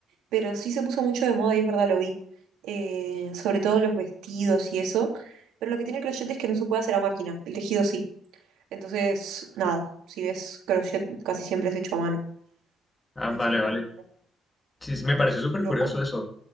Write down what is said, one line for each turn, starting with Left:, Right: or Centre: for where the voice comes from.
Right: pero sí se puso mucho de moda y es verdad, lo vi, eh, sobre todo los vestidos y eso, pero lo que tiene el crochet es que no se puede hacer a máquina, el tejido sí, entonces nada, si ves crochet casi siempre es hecho a mano
Left: Ah,
Right: y
Left: vale,
Right: eso es como
Left: vale. Sí, sí, me pareció súper
Right: loco.
Left: curioso eso,